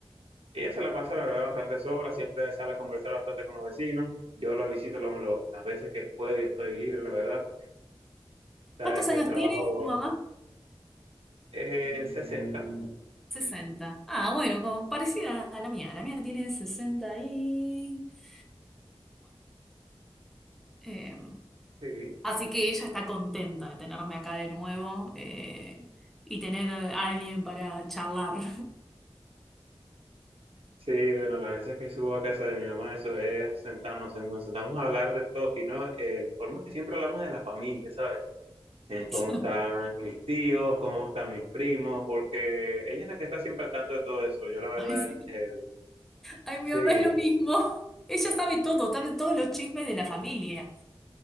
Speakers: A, on the right (about 70°); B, in the centre.
A: ella se la pasa, la verdad, bastante sola, siempre sale a conversar bastante con los vecinos. Yo la visito lo- lo- las veces que puedo y estoy libre, la verdad. Sabes
B: ¿Cuántos
A: que
B: años
A: el trabajo
B: tiene tu mamá?
A: es 60. Ajá,
B: sesenta Ah, bueno, como parecida a la mía. La mía tiene 64. Eh,
A: Sí,
B: así que ella está contenta de tenerme acá de nuevo eh, y tener a alguien para charlar.
A: sí, bueno, las veces que subo a casa de mi mamá, eso es sentarnos, entonces vamos a hablar de todo, y no, eh, forma que siempre hablamos de la familia, ¿sabes? en
B: <laughs>
A: cómo están mis tíos, cómo están mis primos, porque ella es la que está siempre al tanto de todo eso. Yo la verdad,
B: Ay, sí.
A: el- el-
B: Ay, mi
A: sí,
B: mamá es lo mismo. Ella sabe todo, sabe todos los chismes de la familia.